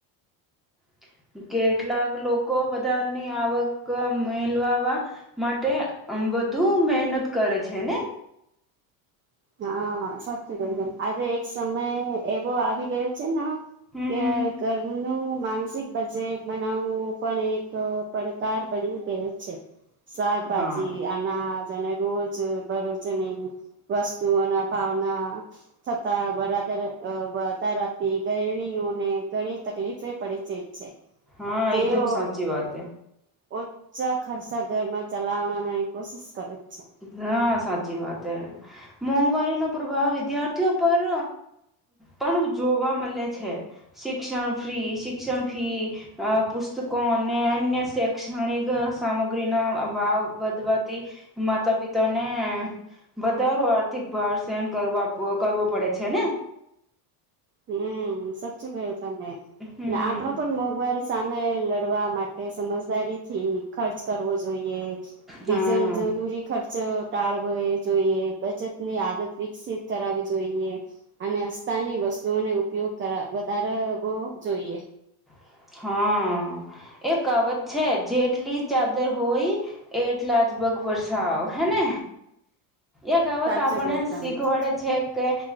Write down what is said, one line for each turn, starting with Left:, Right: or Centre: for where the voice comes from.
Centre: <inaudible> કેટલાક લોકો વધારની આવક મેલવાવા માટે વધુ મહેનત કરે છે ને
Right: હા સાચી
Centre: હમ
Right: કદમ આજે એક સમય એવો આવી ગયો છે ના
Centre: હમ
Right: કે
Centre: હમ
Right: કરમનું માનસિક બજેટ બનાવવું પણ એક પડકાર બની ગયો છે શાકભાજી
Centre: હા
Right: અનાજ અને રોજ બરોજની વસ્ તુઓ ના ભાવના <unintelligible> ઘણી તકલીફે પડેચિત છે
Centre: હા
Right: તેઓ
Centre: એકદમ સાચી વાત
Right: ઓછા ખર્ચ ઘરમાં ચલાવનાની કોશિશ કરે. છે.
Centre: નાા સાચી વાત હે મોંઘવારીનો પ્રભાવ વિદ્યાર્થીઓ પર પણ જોવા મલે છે. શિક્ષણ ફ્રી શિક્ષણ ફી પુસ્તકો અને અન્ય શૈક્ષણિક સામગ્રી ના ભાવ વધવાથી માતા પિતાને વધારો આર્થિક ભાર સહન કરવા કરવો પડે છે ને.
Right: હમ્મ સાચું કયું તમે
Centre: હમ
Right: ને આપડો પણ મોંઘવારી સામે લડત કરવા માટે સમજદારી થી ખર્ચ કરવો જોઈએ <unintelligible>
Centre: હા
Right: જરૂરી ખર્ચ ટાળ વુ જોઈએ બચતની આદત વિકસિત કરાવી જોઈએ અને અસ્તાની વસ્ તું ને ઉપયોગ કરા વધારવો જોઈએ.
Centre: <inaudible> હા એકાવત છે જેટલી ચાદર હોય એટલા જ પગ વરસાાવ હેને એ કાવતો
Right: સાચું
Centre: આપને
Right: કહ્યું તમે
Centre: શીખવાડે છે કે